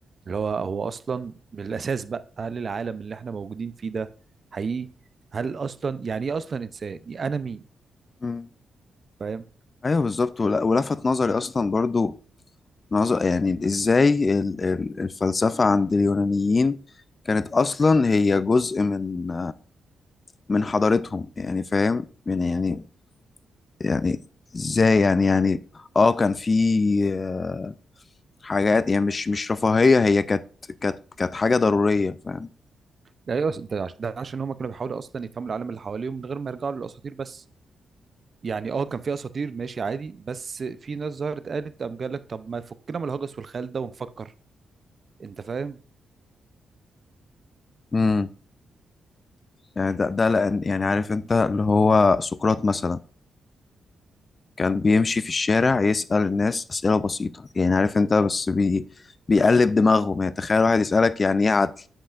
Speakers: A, on the right (about 45°); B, on the left (about 40°).
A: اللي هو هو اصلا من الاساس بقى هل العالم اللي احنا موجودين فيه ده حقيقي هل اصلا يعني ايه اصلا انسان يعني انا مين
B: مم.
A: فاهم
B: ايوه بالظبط ول- ولفت نظري اصلا برضو نظر يعني ازاي ال- ال- الفلسفة عند اليونانيين كانت اصلا هي جزء من من حضارتهم يعني فاهم يعني يعني يعني ازاي يعني يعني اه كان في آه، حاجات يعني مش مش رفاهية هي كانت كانت كانت حاجة ضرورية فاهم
A: ده إيه أصلاً؟ ده عش- ده عشان هم كانوا بيحاولوا اصلا يفهموا العالم اللي حواليهم من غير ما يرجعوا للاساطير بس يعني اه كان في اساطير ماشي عادي بس في ناس ظهرت قالت قام قال لك طب ما فكنا من الهجس والخيال ده ونفكر انت فاهم
B: امم يعني ده ده لأن يعني عارف انت اللي هو سقراط مثلا كان بيمشي في الشارع يسأل الناس أسئلة بسيطة يعني عارف انت بس بي بيقلب دماغهم يعني تخيل واحد يسألك يعني ايه عدل